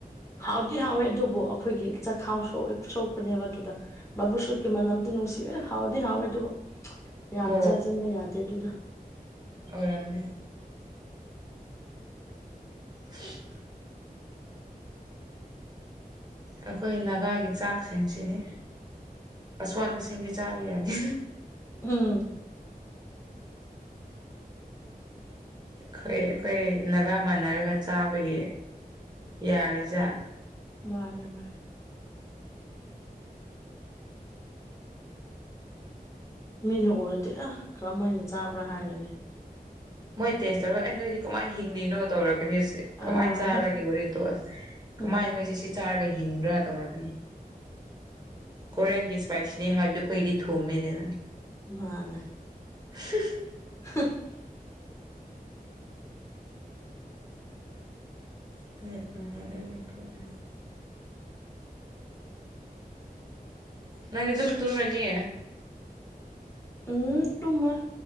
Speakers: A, on the left; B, on the right.
A: ꯍꯥꯎꯗꯤ ꯍꯥꯎꯋꯦ ꯑꯗꯨꯕꯨ ꯑꯩꯈꯣꯏꯒꯤ ꯆꯈꯥꯎ ꯁꯣꯛꯑꯦ ꯁꯣꯛꯄꯅꯦꯕ ꯑꯗꯨꯗ ꯕꯥꯕꯨ ꯁꯠꯀꯤ ꯃꯅꯝꯇ ꯅꯨꯡꯁꯤꯔꯦ ꯍꯥꯎꯗꯤ ꯍꯥꯎꯋꯦ ꯑꯗꯨꯕꯨ ꯌꯥꯝ
B: ꯃꯣꯔꯣꯛ
A: ꯆꯥꯁꯤꯟꯕ ꯌꯥꯗꯦ ꯑꯗꯨꯗ
B: ꯑꯣꯏꯔꯝꯅꯤ ꯁꯤꯠ ꯑꯩꯈꯣꯏ ꯅꯥꯒꯥꯒꯤ ꯆꯥꯛꯁꯤꯡꯁꯤꯅꯤ ꯑꯁꯣꯟꯕꯁꯤꯡꯗꯤ ꯆꯥꯕ ꯌꯥꯗꯦ
A: ꯎꯝ
B: ꯑꯩꯈꯣꯏ ꯑꯩꯈꯣꯏ ꯅꯥꯒꯥ ꯃꯥꯟꯅꯔꯒ ꯆꯥꯕꯒꯤ ꯌꯥꯔꯤꯖꯠꯅꯤ
A: ꯃꯥꯅꯦ ꯃꯥꯅꯦ ꯃꯤꯅ ꯎꯔꯗꯤ ꯑ ꯀꯔꯝ ꯍꯥꯏꯅ ꯆꯥꯕ꯭ꯔꯥ ꯍꯥꯏꯔꯅꯤ
B: ꯃꯣꯏ ꯇꯦꯁ ꯇꯧꯔꯒ ꯑꯩ ꯅꯣꯏꯗꯤ ꯀꯃꯥꯏꯅ ꯍꯤꯡꯂꯤꯅꯣ ꯇꯧꯔꯛ ꯀꯁ
A: ꯑꯥ
B: ꯀꯃꯥꯏꯅ ꯆꯥꯕ꯭ꯔꯒꯦ ꯋꯥꯔꯤꯗꯣ
A: ꯎꯝ
B: ꯀꯃꯥꯏꯅꯣꯏꯁꯦ ꯁꯤ ꯆꯥꯔꯒ ꯍꯤꯡꯕ꯭ꯔꯥ ꯇꯧꯔꯛꯀꯅꯤ ꯀꯣꯔꯤꯌꯟꯒꯤ ꯏꯁꯄꯥꯏꯁꯤꯅꯤ ꯍꯥꯏꯕꯗꯨ ꯑꯩꯈꯣꯏꯗꯤ ꯊꯨꯝꯃꯦꯅꯦ ꯅ
A: ꯃꯥꯅꯦ
B: ꯍꯨꯝ ꯍꯨꯝ <unintelligible>
A: ꯍꯨꯡ
B: <unintelligible> ꯅꯪꯗꯤ ꯑꯗꯨꯝ ꯇꯨꯝꯔꯅꯤ
A: ꯎꯝ ꯇꯨꯝꯃꯣꯏ